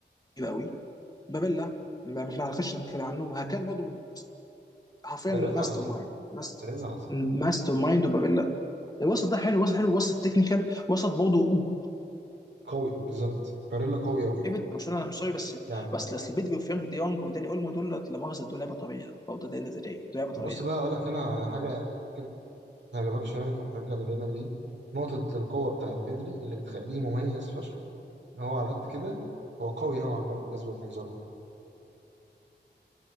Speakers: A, on the left; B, on the right.
A: قوي بابيلا ما ما هنخش نتكلم عنه وهكان برضه من- حرفيا
B: باريلا
A: ماستر
B: عظيم
A: مايند ماستر
B: باريلا عظيم
A: ماستر مايند وبابيلا الوسط ده حلو وسط حلو وسط تكنيكال وسط برضه
B: قوي بالظبط باريلا قوي قوي
A: لعيبه برشلونه انا مش سوري بس
B: يعني
A: بس اصل بيدري وفرانك دي يونج وداني اولمو دول لا مؤاخذه دول لعيبه طبيعيه برضه دي دول لعيبه طبيعيه
B: بص بقى هقول لك هنا على حاجه يعني ممكن ما يعجبكش يعني كمشجع لريال مدريد نقطه القوه بتاعت بيدري اللي بتخليه مميز فشخ ان هو على قد كده هو قوي نوعا ما بالنسبه لمنظره